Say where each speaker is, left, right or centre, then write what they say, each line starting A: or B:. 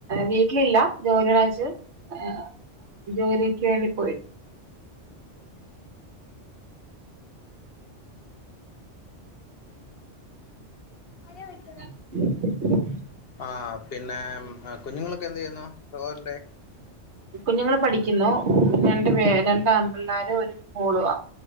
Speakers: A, on the right; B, on the left.
A: വീട്ടിലില്ല ജോലിച്ച് ആ ജോലിക്ക് വേണ്ടി പോയി
B: ആര വിളിച്ചേ
A: <inaudible>
B: ആ പിന്നെ കുഞ്ഞുങ്ങളൊക്കെ എന്ത് യ്യുന്നു സഹോദരന്റെ
A: കുഞ്ഞുങ്ങളൾ പഠിക്കുന്നു രണ്ട് പേ രണ്ടാ ആൺപിള്ളേർ ഒരു മോളുവാ